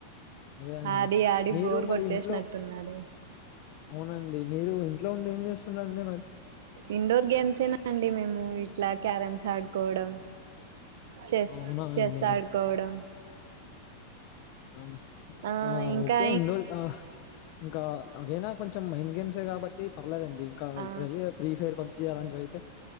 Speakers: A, on the left; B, on the right.
A: అదే అండి
B: ఆడి ఆడి
A: మీరు
B: బోరు
A: మరి
B: కొట్టేసినట్టున్నాది
A: ఇంట్లో అవునండి మీరు ఇంట్లో ఉండి ఏం చేస్తున్నారండి మరి
B: ఇండోర్ గేమ్స్ ఏనా అండి మేము ఇట్లా క్యారమ్స్ ఆడుకోవడం చెస్
A: అవునా
B: చెస్
A: అండి
B: ఆడుకోవడం
A: అను
B: ఆ ఇంకా
A: ఓకే ఇండోర్ ఆ ఇంకా అవైనా కొంచెం మైండ్ గేమ్స్ ఏ కాబట్టి పర్లేదండి ఇంకా
B: ఆ
A: ఇప్పుడు అయ్యే ఫ్రీ ఫైర్ పబ్జి అలాంటివి అయితే